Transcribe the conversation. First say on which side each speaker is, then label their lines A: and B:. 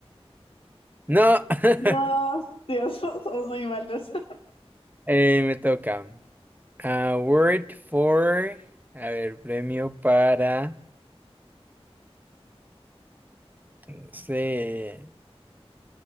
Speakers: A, on the right; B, on the left.
A: No, <laughs>
B: No, Dios, <laughs> somos muy malos.
A: Eh, me toca. Award for, a ver, premio para, no sé.